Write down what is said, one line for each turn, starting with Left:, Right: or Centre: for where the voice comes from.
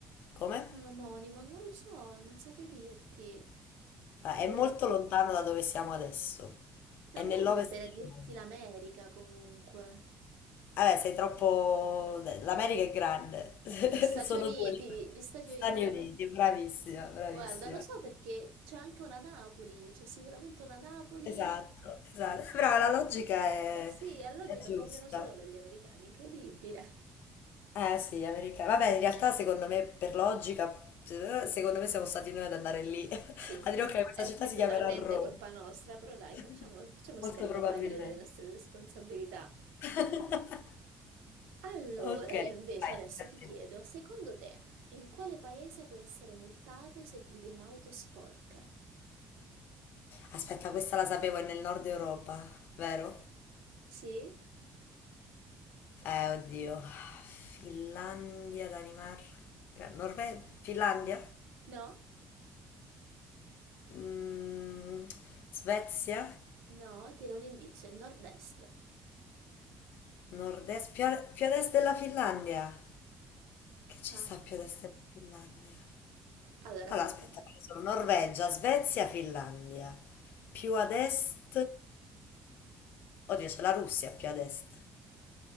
Left: Come?
Right: È un omonimo, non lo so, non saprei dirti.
Left: Ah,
Right: Allora,
Left: è molto
Right: a
Left: lontano da dove siamo adesso. È nell'ovest
Right: me verrebbe da
Left: del
Right: dirti
Left: mondo.
Right: l'America comunque.
Left: Vabbè, sei troppo... L'America è grande. <laughs>
Right: Gli Stati
Left: Sono
Right: Uniti,
Left: due le
Right: gli Stati
Left: Stati
Right: Uniti d'America.
Left: Uniti, bravissima, bravissima.
Right: Guarda, lo so perché c'è anche una Napoli, c'è sicuramente una Napoli.
Left: Esatto, esatto. Però la logica è,
Right: Eh sì, a logica
Left: è giusta.
Right: copiano solo gli americani, incredibile.
Left: Eh sì, americani. Vabbè, in realtà secondo me per logica, eh, secondo me siamo stati noi ad andare lì <laughs>
Right: Sì,
Left: a dire ok, questa
Right: è,
Left: città
Right: è
Left: si
Right: totalmente
Left: chiamerà Roma.
Right: colpa nostra, però dai,
Left: <laughs>
Right: facciamo, facciamo
Left: Molto
Right: scaricabarile
Left: probabilmente.
Right: delle nostre responsabilità.
Left: <laughs>
Right: Allora,
Left: Ok,
Right: io invece
Left: vai,
Right: adesso
Left: tocca a
Right: ti chiedo,
Left: te.
Right: secondo te, in quale paese puoi essere multato se guidi un'auto sporca?
Left: Aspetta, questa la sapevo, è nel nord Europa, vero?
Right: Sì?
Left: Eh, oddio. Finlandia, Danimarca, Norvegia, Finlandia?
Right: No?
Left: Mm, Svezia,
Right: No, ti do un indizio, è nord-est.
Left: nord-est, più a, più ad est della Finlandia. Che ci
Right: Ah,
Left: sta più ad est della Finlandia?
Right: allora
Left: Allora,
Right: se
Left: aspetta,
Right: ti...
Left: ho preso Norvegia, Svezia, Finlandia. Più ad est... Oddio, c'è la Russia più ad est.